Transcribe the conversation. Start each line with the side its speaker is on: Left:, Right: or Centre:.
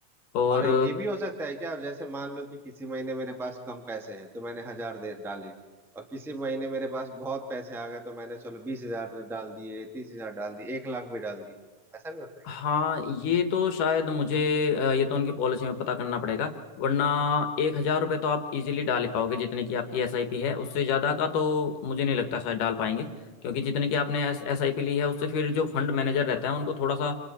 Left: और
Centre: और ये भी हो सकता है क्या जैसे मान लो कि किसी महीने मेरे पास कम पैसे हैं तो मैंने हजार दे डाले और किसी महीने मेरे पास बहुत पैसे आ गए तो मैंने चलो बीस हजार डाल दिए तीस हजार डाल दिए एक लाख भी डाल दिए ऐसा भी होता है
Left: हाँ ये तो शायद मुझे अ, ये तो उनकी पॉलिसी में पता करना पड़ेगा वरना एक हजार रुपये तो आप इजीली डाल ही पाओगे जितने की आपकी एसआईपी है उससे ज़्यादा का तो मुझे नहीं लगता शायद डाल पाएंगे क्योंकि जितने की आपने एसआईपी ली है उससे फिर जो फंड मैनेजर रहता है उनको थोड़ा सा